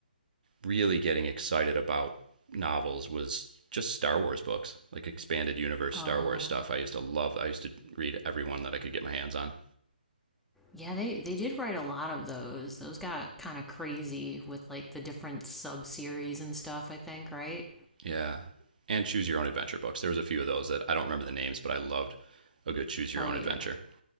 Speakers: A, on the right; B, in the centre.
A: really getting excited about novels was just Star Wars books, like expanded universe
B: Oh.
A: Star Wars stuff. I used to love, I used to read every one that I could get my hands on.
B: Yeah, they, they did write a lot of those. Those got kind of crazy with like the different sub series and stuff, I think, right?
A: Yeah. And choose your own adventure books. There was a few of those that I don't remember the names, but I loved a good choose your
B: Oh,
A: own
B: yeah.
A: adventure.